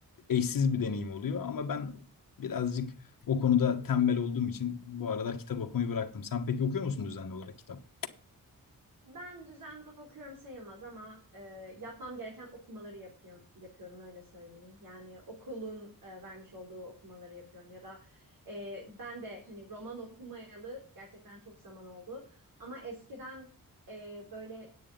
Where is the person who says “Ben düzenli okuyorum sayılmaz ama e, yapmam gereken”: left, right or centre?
Right